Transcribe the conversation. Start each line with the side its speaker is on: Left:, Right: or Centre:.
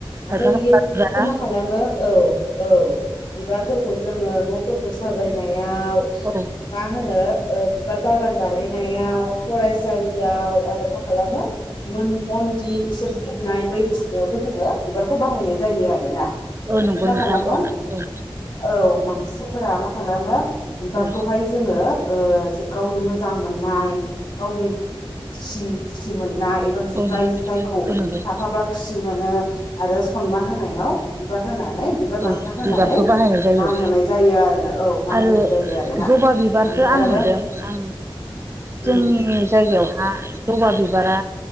Right: खायफा
Left: ओमफ्राय
Right: खायफा
Left: बियो
Right: बिबारा
Left: बेखौ मा खालामो औ औ। बिबारफोरखौ जोङो न'फोरखौ साजायनायाव
Right: औ
Left: मा होनो ओ बिबार बागान बानायनायाव फरायसालियाव आरो मा खालामो मन्दिर इसोर सिबिनाय बायदिसिनायावबो जोङो बिबारखौ बाहायनाय जायो आरो ना।
Right: औ
Left: ओमफ्राय
Right: नंगौ
Left: मा
Right: नोंथां
Left: खालामो
Right: औ औ
Left: औ मानसि फोर मा खालामो बिबारखौहाय
Right: औ
Left: जोङो ओ गावनि मोजां मोननाय गावनि खुसि खुसि मोननाय ना एबा
Right: औ
Left: जाय जायखौ
Right: औ नंगौ
Left: थाफाबा खुसि मोनो आरो सनमान होनायाव बिबार होनानै बिबार बान्था
Right: औ
Left: होनानै
Right: बिबारखौ बाहायनाय जायो
Left: मान होनाय जायो आरोना औ मान
Right: आरो
Left: होनाय जायो आरोना
Right: जबा बिबारखौ
Left: ओमफ्राय
Right: आं
Left: आरो
Right: नुदों आं जोंनि
Left: उम
Right: जायगायावहा जबा बि बिबारा